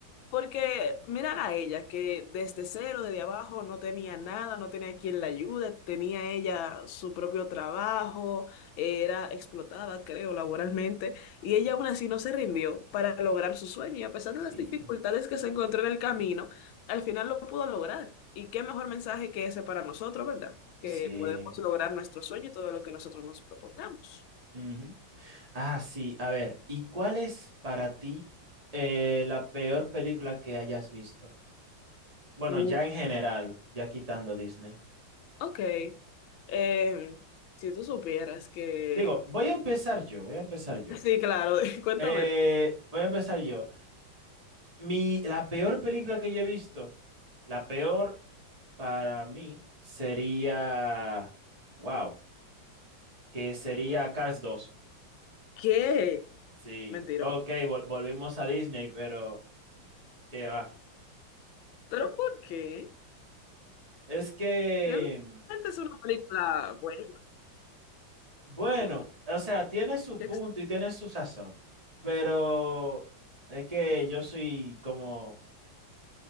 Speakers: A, on the left; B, on the right.
A: porque mirar a ella, que desde cero, desde abajo, no tenía nada, no tenía quien la ayude, tenía ella su propio trabajo, era explotada, creo, laboralmente, y ella aún así no se rindió para lograr su sueño, y a pesar
B: Sí,
A: de las dificultades que se encontró en el camino al final lo pudo lograr. Y qué mejor mensaje que ese para nosotros, ¿verdad? Que
B: sí.
A: podemos lograr nuestro sueño y todo lo que nosotros nos propongamos.
B: Ujú. Ah, sí, a ver, ¿y cuál es para ti eh, la peor película que hayas visto? Bueno,
A: Uh,
B: ya en general, ya quitando Disney.
A: Ok. Eh, si tú supieras que...
B: Digo, voy a empezar yo, voy a empezar yo.
A: Sí, claro, <laughs> cuéntame.
B: Eh, voy a empezar yo. Mi, la peor película que yo he visto, la peor para mí sería, wow, que sería Cars dos
A: ¿Qué?
B: Sí,
A: Mentiroso.
B: ok, vol- volvimos a Disney, pero qué va.
A: ¿Pero por qué?
B: Es que,
A: Realmente es una película buena.
B: bueno,
A: <laughs>
B: o sea, tiene su punto
A: Qué ex-
B: y tiene su sazón, pero es que yo soy como...